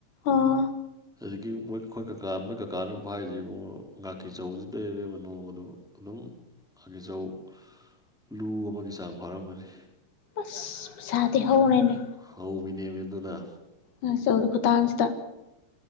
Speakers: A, on the left (about 75°); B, in the centre.
A: ꯑꯣ
B: ꯍꯧꯖꯤꯛꯀꯤ ꯃꯣꯏ ꯑꯩꯈꯣꯏ ꯀꯀꯥ ꯃꯣꯏ ꯀꯀꯥꯅ ꯐꯥꯏꯖꯤ ꯏꯕꯨꯡꯉꯣ ꯉꯥꯀꯤ ꯆꯧꯖꯤꯗꯩꯕ ꯅꯣꯡꯗ ꯑꯗꯨꯝ ꯉꯥꯀꯤꯆꯧ ꯂꯨ ꯑꯃꯒꯤ ꯆꯥꯡ ꯐꯥꯔꯝꯒꯅꯤ
A: ꯑꯁ ꯄꯩꯁꯥꯗꯤ ꯍꯧꯔꯦꯅꯦ
B: ꯍꯧꯕꯤꯅꯦꯃꯤ ꯑꯗꯨꯅ
A: ꯉꯥꯛꯆꯧ ꯈꯨꯇꯥꯡꯁꯤꯗ